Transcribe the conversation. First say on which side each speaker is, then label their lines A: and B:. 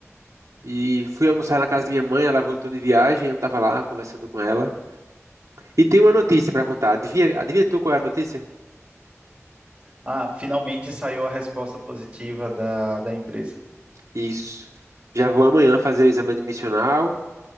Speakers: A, on the right; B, on the right.
A: e fui almoçar na casa da minha mãe. Ela voltou de viagem, eu estava lá conversando com ela. E tem uma notícia para contar. Adivinha, adivinha tu qual é a notícia?
B: Ah, finalmente saiu a resposta positiva da, da empresa.
A: Isso. Já vou amanhã fazer o exame admissional